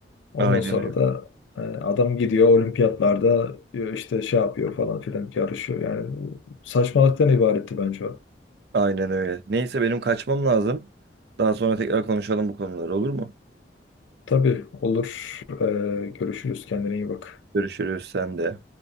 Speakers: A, on the left; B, on the right.
A: Ondan
B: Aynen
A: sonra
B: öyle.
A: da e, adam gidiyor olimpiyatlarda e, işte şey yapıyor falan filan yarışıyor. Yani saçmalıktan ibaretti bence o.
B: Aynen öyle. Neyse benim kaçmam lazım. Daha sonra tekrar konuşalım bu konuları olur mu?
A: Tabii olur. E, görüşürüz. Kendine iyi bak.
B: Görüşürüz sen de.